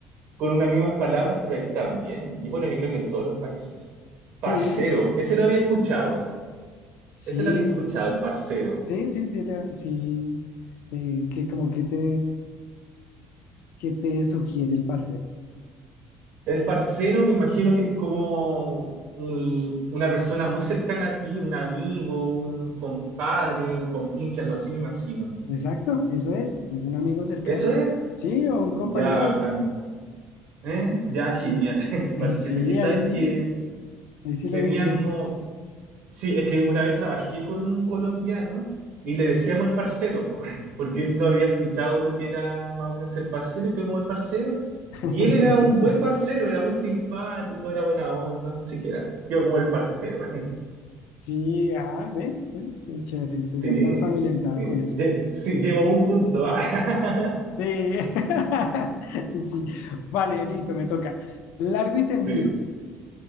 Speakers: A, on the right; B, on the left.
A: con unas mismas palabras, pero aquí también. Y bueno, yo creo que en todos los países.
B: Sí,
A: Parcero, ese lo había escuchado.
B: sí,
A: Ese lo había escuchado, el parcero.
B: sí, sí, sí, le- sí. Eh, que como que te, que te sugiere el parcero. <clears throat>
A: El parcero me imagino que es como un- una persona muy cercana a ti, un amigo, un compadre, un compinche, algo así me imagino.
B: Mm, Exacto, eso es, es un amigo cercano.
A: ¿Eso es?
B: Sí, o un compañero.
A: Ya bacán. ¿Eh? Ya genial, <laughs> el parcero.
B: <laughs> Sí,
A: Es que sabes
B: ahí,
A: que
B: ahí sí le
A: teníamos,
B: diste.
A: sí, es que una vez trabajé con un colombiano y le decíamos el parcero, po, <laughs> porque él no había explicado lo que era más o menos el parcero y que como el parcero.
B: <laughs>
A: Y él era un buen parcero, era muy simpático, era buena onda, así que era, quedó como el parcero.
B: Sí, ah, ve, ve, qué chévere, entonces
A: Sí,
B: ya estás familiarizado
A: eh,
B: con eso.
A: lle- sí, llevo un punto. <laughs> Ah,
B: Sí, <laughs> sí, vale, listo, me toca. Largo y tendido,
A: sí.